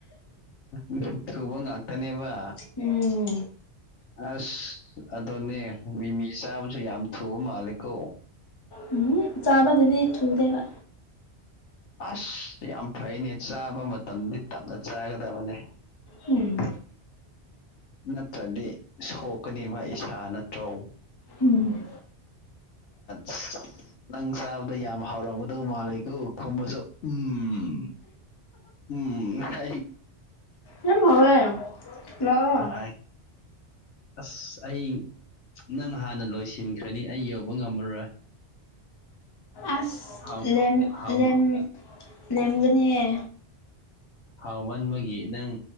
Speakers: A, on the left; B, on the left.
A: ꯎꯝ ꯊꯨꯕ ꯉꯥꯛꯇꯅꯦꯕ
B: ꯎꯝ
A: ꯑꯁ ꯑꯗꯨꯅꯦ ꯃꯤꯃꯤ ꯆꯥꯕꯁꯨ ꯌꯥꯝ ꯊꯨꯕ ꯃꯥꯂꯦꯀꯣ
B: ꯎꯝ ꯆꯥꯕꯗꯗꯤ ꯊꯨꯗꯦꯕ
A: ꯑꯁ ꯌꯥꯝ ꯐꯩꯅꯦ ꯆꯥꯕ ꯃꯇꯝꯗꯤ ꯇꯞꯅ ꯆꯥꯒꯗꯕꯅꯦ
B: ꯎꯝ
A: ꯅꯠꯇ꯭ꯔꯗꯤ ꯁꯣꯛꯀꯅꯤꯕ ꯏꯁꯥ ꯅꯠꯇ꯭ꯔꯣ
B: ꯎꯝ
A: ꯑꯁ ꯅꯪ ꯆꯥꯕꯗꯣ ꯌꯥꯝ ꯍꯥꯎꯔꯝꯒꯗꯧ ꯃꯥꯂꯦꯀꯣ ꯈꯨꯝꯕꯁꯨ ꯎꯝ ꯎꯝꯀꯣ
B: ꯌꯥꯝ ꯍꯥꯎꯋꯦ ꯂꯥꯛꯑꯣ
A: ꯍ ꯑꯁ ꯑꯩ ꯅꯪ ꯍꯥꯟꯅ ꯂꯣꯏꯁꯤꯟꯈ꯭ꯔꯅꯤ ꯑꯩ ꯌꯧꯕ ꯉꯝꯃꯔꯣꯏ
B: ꯑꯁ
A: ꯍꯥꯎ
B: ꯂꯦꯝ
A: ꯍꯥꯎ
B: ꯂꯦꯟ ꯂꯦꯝꯒꯅꯤꯌꯦ
A: ꯍꯥꯎ ꯃꯟꯕꯒꯤ ꯅꯪ